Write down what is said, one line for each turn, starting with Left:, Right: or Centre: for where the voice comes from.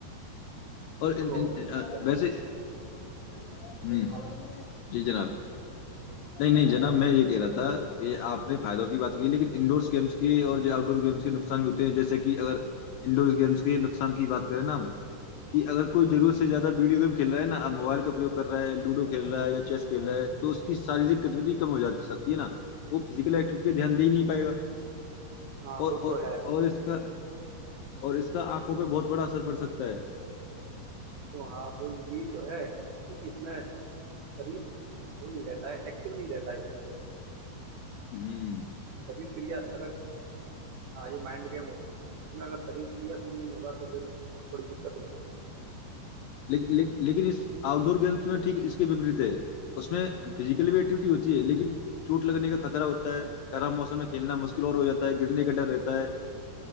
Left: اور
Right: تو جن
Left: ویسے ہوں
Right: ہاں جی
Left: جی جناب نہیں نہیں جناب میں یہ کہہ رہا تھا کہ آپ نے فائدوں کی بات کی لیکن انڈورس گیمس کے اور جو آؤٹ ڈور گیمس کے نقصان بھی ہوتے ہیں جیسے کہ اگر انڈور گیمس کے نقصان کی بات کریں نا کہ اگر کوئی ضرورت سے زیادہ ویڈیو گیم کھی رہا ہے نا ا موبائل کا پروگ کر رہا ہے لوڈو کھیل رہا ہے یا چیس کھی رہا ہے تو اس کی شاریک ک کم ہو جا سکتی ہے نا وہ فزیکل ایکٹیوٹی پہ دھیان د ہی نہیں پائے گا
Right: ہاں
Left: اور
Right: وہ تو
Left: اور
Right: ہے دیکھو
Left: اور اس کا اور اس کا آنکھوں پہ بہت بڑا اثر پڑ سکتا ہے
Right: کیوں ہاں وہ یہی تو ہے کیونکہ اس میں شریر وہ نہیں رہتا ہے ایکٹو نہیں رہتا ہے اس میں شریر
Left: ہوں
Right: خریید کریا اگر ہاں یہ مائنڈ گیم ہوتی ہیں اس میں اگر شریر کریا شیل نہیں ہوگا تو پھر تھوڑی دقت ہو جاتی ہے
Left: لیکن اس آؤٹ ڈور گیمس میں ٹھیک اس کےپریت ہے اس میں فزیکل بھی ایکٹیوٹی ہوتی ہے لیکن چوٹ لگنے کا خطرہ ہوتا ہے خراب موسم میں کھیلنا مشکل اور ہو جاتا ہے گرنے کا ڈر رہتا ہے